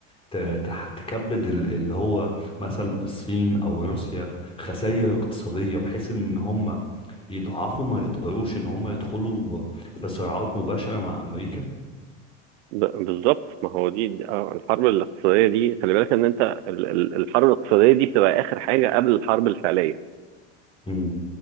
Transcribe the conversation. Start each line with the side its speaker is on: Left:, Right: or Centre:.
Left: ت- تح- تكبد ال- اللي هو مثلا الصين او روسيا خسائر اقتصادية بحيث ان هم يضعفوا ما يقدروش ان هم يدخلوا في صراعات مباشرة مع امريكا
Right: ب- بالظبط ما هو دي آه، الحرب الاقتصادية دي خلي بالك ان انت ال- ال- الحرب الاقتصادية دي بتبقى اخر حاجة قبل الحرب الفعلية
Left: مم.